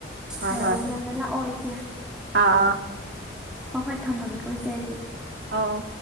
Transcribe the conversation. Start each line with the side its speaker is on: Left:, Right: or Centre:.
Right: ꯍꯣꯏ
Centre: ꯍꯥꯏꯔꯛꯑꯣ
Right: ꯍꯣꯏ
Centre: ꯉꯟꯅ ꯂꯥꯛꯑꯣ <unintelligible>
Right: ꯑꯥ ꯑꯥ
Centre: ꯍꯣꯏ ꯍꯣꯏ ꯊꯝꯃꯒꯦꯀꯣ ꯏꯆꯦ ꯑꯗꯨꯗꯤ
Right: ꯑꯧ ꯑꯧ